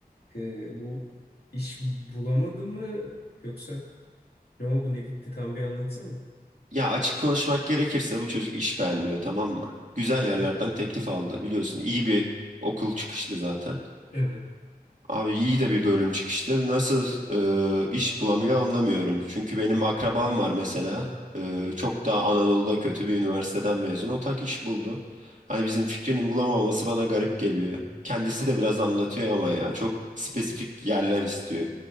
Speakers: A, on the left; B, on the right.
A: e, bu iş bulamadı mı yoksa ne oldu ne bitti tam bir anlatsana.
B: Ya açık konuşmak gerekirse bu çocuk iş beğenmiyor tamam mı? Güzel
A: Evet.
B: yerlerden teklif aldı biliyorsun. iyi bir okul çıkışlı zaten.
A: Evet.
B: Abi iyi de bir bölüm çıkıştı Nasıl e, iş bulamıyor anlamıyorum. Çünkü benim akrabam var mesela. E, çok daha Anadolu'da kötü bir üniversiteden mezun. O tak iş buldu. Hani bizim fikrinin bulamaması bana garip geliyor. Kendisi
A: Anladım.
B: de biraz anlatıyor ama ya. Çok spesifik yerler istiyor.